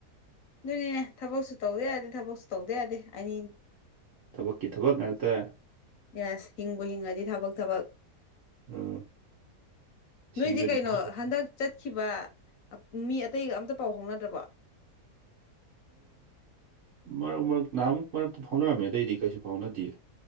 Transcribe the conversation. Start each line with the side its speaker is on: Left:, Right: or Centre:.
Left: ꯑꯗꯨꯅꯤꯅꯦ ꯊꯕꯛꯁꯨ ꯇꯧꯗ ꯌꯥꯗꯦ ꯊꯕꯛꯁꯨ ꯇꯧꯗ ꯌꯥꯗꯦ ꯑꯩꯅꯤ
Right: ꯊꯕꯛꯀꯤ ꯊꯕꯛ ꯉꯥꯛꯇ
Left: ꯌꯦꯁ ꯍꯤꯡꯕꯨ ꯍꯤꯡꯉꯗꯤ ꯊꯕꯛ ꯊꯕꯛ
Right: ꯎꯝ ꯁꯤꯚꯔꯗꯤ
Left: ꯅꯣꯏꯗꯤ ꯀꯩꯅꯣ
Right: ꯊꯕꯛ
Left: ꯍꯟꯗꯛ ꯆꯠꯈꯤꯕ ꯃꯤ ꯑꯇꯩꯒ ꯑꯝꯇ ꯄꯥꯎ ꯐꯥꯎꯅꯗ꯭ꯔꯕꯣ
Right: ꯃꯔꯛ ꯃꯔꯛ ꯅꯍꯥꯟꯃꯨꯛ ꯃꯔꯛꯇ ꯐꯥꯎꯅꯔꯝꯃꯦ ꯑꯗꯩꯗꯤ ꯀꯩꯁꯨ ꯐꯥꯎꯅꯗꯌꯦ